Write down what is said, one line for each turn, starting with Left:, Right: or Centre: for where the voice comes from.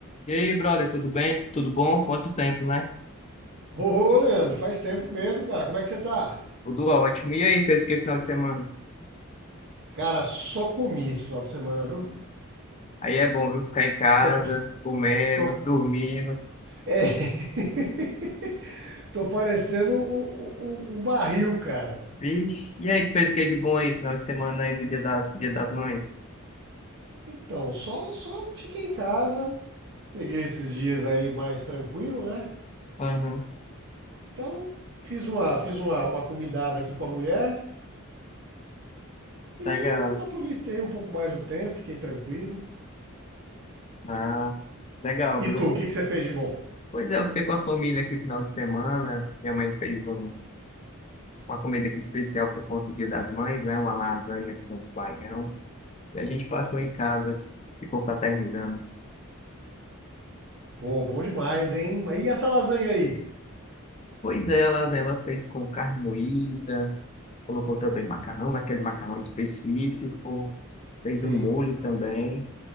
Left: E aí, brother, tudo bem? Tudo bom? Quanto tempo, né?
Right: Ô, ô, Leandro, faz tempo mesmo, cara. Como é que você tá?
Left: Tudo ótimo. E aí, fez o que final de semana?
Right: Cara, só comi esse final de semana, viu?
Left: Aí é bom, viu? Ficar em casa,
Right: Tô, pa-
Left: comendo,
Right: tô,
Left: dormindo.
Right: é, <laughs> tô parecendo um, um- um- um barril, cara.
Left: Vixe. E aí, tu fez o que de bom aí, final de semana aí, no Dia das, Dia das Mães?
Right: Então, só, só fiquei em casa, peguei esses dias aí mais tranquilo, né?
Left: Aham,
Right: Então, fiz uma, fiz uma, uma comidada aqui com a mulher e
Left: legal.
Right: aproveitei um pouco mais o tempo, fiquei tranquilo.
Left: Ah, legal,
Right: E
Left: viu?
Right: tu, o que que você fez de bom?
Left: Pois é, eu fiquei com a família aqui final de semana. Minha mãe fez um- uma comida aqui especial por conta do Dia das Mães, né? Uma lasanha com baião. E a gente passou em casa, ficou fraternizando.
Right: Pô, bom demais, hein? Mas e essa lasanha aí?
Left: Pois ela, ela fez com carne moída, colocou também macarrão, naquele macarrão específico, fez
Right: Sim.
Left: um molho também.